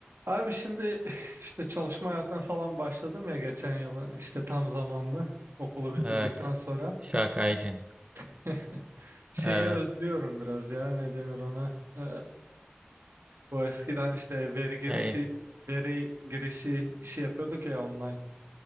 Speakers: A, on the right (about 85°); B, on the right (about 30°).
A: Abi şimdi <sighs> işte çalışma hayatına falan başladım ya geçen yıl hani işte tam zamanlı okulu bitirdikten
B: Evet.
A: sonra
B: Şakaycın.
A: <laughs> şeyi
B: Evet.
A: özlüyorum biraz ya ne denir ona Ee, bu eskiden işte veri girişi
B: Ey,
A: veri girişi işi yapıyorduk ya online